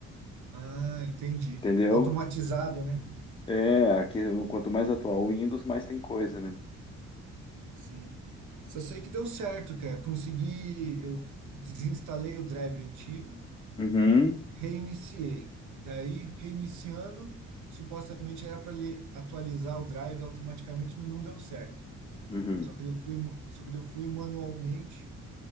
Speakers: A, on the right (about 75°); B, on the left (about 15°).
A: Ah, entendi.
B: Entendeu?
A: Automatizado, né?
B: É, aqui, quanto mais atual o Windows, mais tem coisa, né?
A: Sim. Só sei que deu certo, cara. Consegui, eu desinstalei o drive antigo,
B: Uhum,
A: reiniciei. Daí, reiniciando, supostamente era para ele atualizar o drive automaticamente, mas não deu certo.
B: uhum.
A: Só que eu fui, só que eu fui manualmente